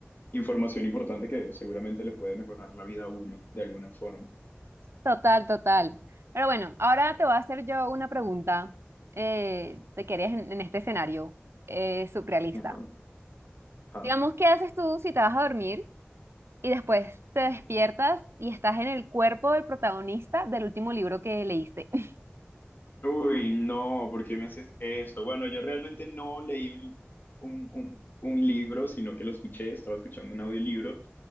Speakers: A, on the left; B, on the right.
A: información importante que seguramente le puede mejorar la vida a uno de alguna forma.
B: Total, total. Pero bueno, ahora te voy a hacer yo una pregunta eh, de qué harías en, en este escenario eh, surrealista.
A: Ajá, ajá.
B: Digamos, ¿qué haces tú si te vas a dormir? y después te despiertas y estás en el cuerpo del protagonista del último libro que leíste. <laughs>
A: Uy, no, ¿por qué me haces esto? Bueno, yo realmente no leí un, un, un- un libro, sino que lo escuché, estaba escuchando un audiolibro